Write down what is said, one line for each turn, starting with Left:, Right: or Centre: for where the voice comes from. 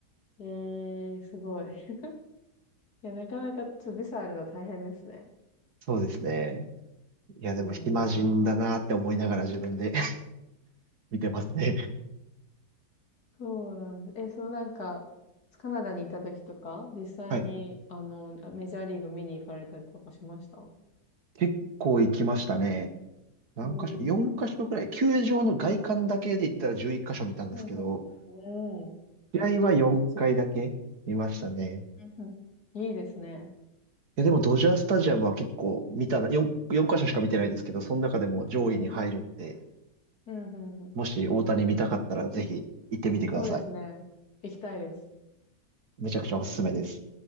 Left: うん。えー、すごい。<laughs> いや、なかなかちょっとビザあるの大変ですね。
Right: そうですね。いや、
Left: うん。
Right: でも暇人だなって思いながら自分で <laughs> 見てますね。
Left: そうなんです。え、そのなんか、カナダにいた時とか、実際に、
Right: はい。
Left: あの、メジャーリーグ見に行かれたりとかしました
Right: 結構行きましたね。何箇所
Left: お
Right: ?4
Left: ー。
Right: 箇所ぐらい。球場の外観だけで言ったら11箇所見たんですけど、
Left: ほうほう。おー。
Right: 試合は4回だけ見ましたね。
Left: すごい。うんうん。いいですね。
Right: え、でもドジャースタジアムは結構見たな、4、4箇所しか見てないですけど、その中でも上位に入るんで、
Left: うんうん。うんうんうん。
Right: もし大谷見たかったらぜひ行ってみてください。
Left: なるほど。そうですね。行きたいです。
Right: めちゃくちゃおすすめです。